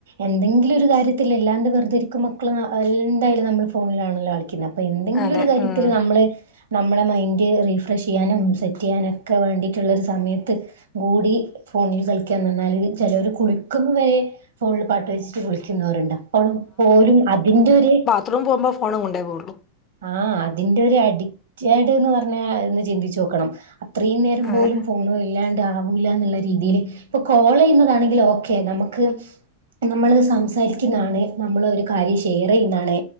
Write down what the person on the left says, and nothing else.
അതെ
ഉം
ത്രൂമി പോക്മ്പോ ഫോണും കൊണ്ടേ പോകുള്ളൂ
അതെ